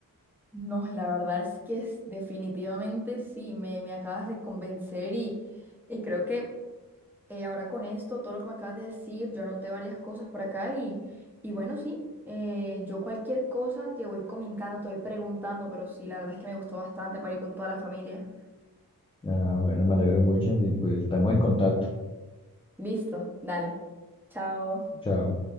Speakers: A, in the centre; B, on the left.
A: No, la verdad es que es- definitivamente sí, me, me acabas de convencer y, y creo que Eh, ahora con esto, todo lo que me acabas de decir, yo anoté varias cosas por acá y, y bueno, sí, eh, yo cualquier cosa te voy comentando, te voy preguntando, pero sí, la verdad es que me gustó bastante para ir con toda la familia.
B: Ah, bueno, me alegro mucho y pues estamos en contacto.
A: Listo, dale. Chao.
B: Chao.